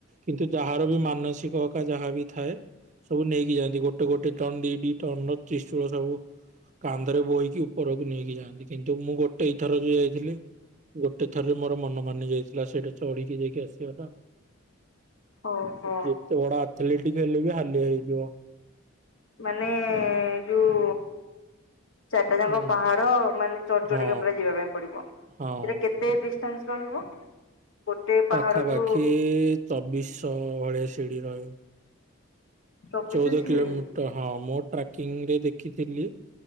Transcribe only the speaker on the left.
ଓହୋ
ମାନେ ଯୋଉ ଚାରିଟା
ଯାକଙ୍କ ପାହାଡ ମାନେଚଡି
ଚଡି ଟିକେ ପୁରା ଯିବା ପାଇଁ ପଡିବ ସେଟା
କେତେ ଦ ଶ ରହିବ ଗୋଟେ ପାହାଡଠୁ
ଚବିଶ
ସିଡି